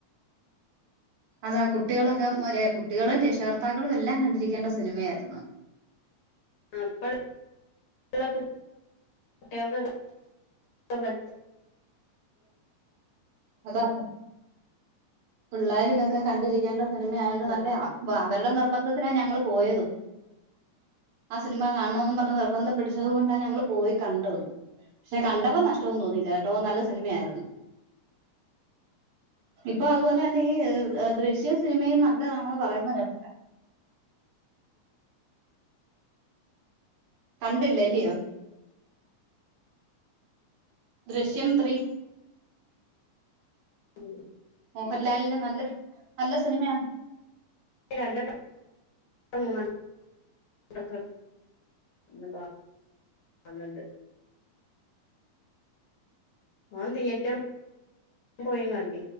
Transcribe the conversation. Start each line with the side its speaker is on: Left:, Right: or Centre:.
Right: അതാ കുട്ടികളൊക്കെ ഒരേ കുട്ടികളും രക്ഷകർത്താക്കളും എല്ലാം കണ്ടിരിക്കേണ്ട സിനിമയാരുന്നു.
Left: ആഹ് ഇപ്പള്ള കുട്ടിയേൾക്കൊക്കെ <unintelligible>
Right: അതാക്കും. പിള്ളേരിതൊക്കെ കണ്ടിരിക്കേണ്ട സിനിമായോണ്ട്
Left: പടാ
Right: നല്ല അവരുടെ നിർബന്ധത്തിനാ ഞങ്ങള് പോയതും. ആഹ് സിനിമ കാണണോന്നും പറഞ്ഞ് നിർബന്ധം പിടിച്ചത് കൊണ്ടാ ഞങ്ങള് പോയി കണ്ടതും. പക്ഷെ കണ്ടപ്പോ നഷ്ട്ടവൊന്നും തോന്നിയില്ല കെട്ടോ നല്ല സിനിമയായിരുന്നു. ഇപ്പൊ അതുപോലെ തന്നെ ഈ ദൃശ്യം സിനിമയും നല്ലതാണെന്ന് പറയുന്ന കേട്ട് കണ്ടില്ല അല്ലിയോ? ദൃശ്യം ത്രീ
Left: ഇവിടെ
Right: മോഹൻലാലിന്റെ നല്ല നല്ല സിനിമയാ
Left: <unintelligible> രണ്ടണ്ണം <unintelligible> മൂന്നെണ്ണം <unintelligible> മോൻ തിയേറ്ററ് പോയി കണ്ട്